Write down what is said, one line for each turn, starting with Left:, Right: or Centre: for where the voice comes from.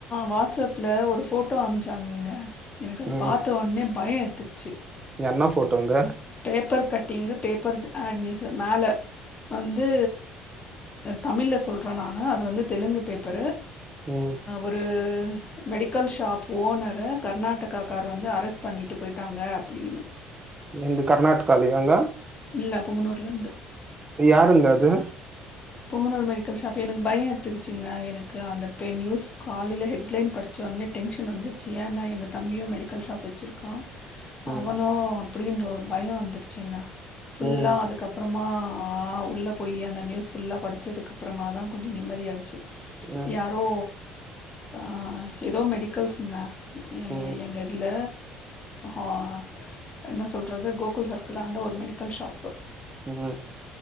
Left: வாட்ஸ்அப்பில ஒரு ஃபோட்டோ அமுச்சாங்கங்க எனக்கு அது
Right: ம்
Left: பாத்தோடனே பயம் எத்துச்சு
Right: என்ன போட்டோங்க
Left: paper cutting paper ad news மேல வந்து தமிழ்ல சொலறேன் நானு அது வந்து தெலுங்கு பேப்பரு
Right: ம்
Left: ஒரு மெடிக்கல் ஷாப் ஓனர கர்நாடகா கார் வந்து அரெஸ்ட் பண்ணிட் ட்டு போயிட்டாங்க அப்படின்னு
Right: எங்க கர்நாடகாலியா ங்க
Left: இல்ல பொங்கனூர்ல இருந்து
Right: யாருங்க அது
Left: பொங்கனூர் மெடிக்கல் ஷாப் எனக்கு பயம் எத்துக்குச்சிங்க எனக்கு அந்த பெ நியூஸ் காலையில ஹெட்லைன் படு சொனே டென்ஷன் வந்துருச்சு ஏன்ன்னா எங்கள் தம்பியும் மெடிக்கல் ஷாப் வச்சிருக்கான்
Right: ம்
Left: அவனோ அப்படின்ற ஒரு பயம் வந்துருச்சுங்க ஃபுல்லா
Right: ம்
Left: அதுக்கப் அப்புறமா உள்ளே போய் அந்த நியூஸ் ஃபுல்லாக படிச்சதுக்க அப்புறமா தான் கொஞ்சம் நிம்மதியாச்சு
Right: ம்
Left: யாரோ அ ஏதோ மெடிக்கல்ஸங்க எ
Right: ம்
Left: எங்கள் இதில ஆ என்ன சொல்றது கோகுல் சர்க்கிள் ஆண்ட ஒரு மெடிக்கல் ஷாப்பு
Right: ம்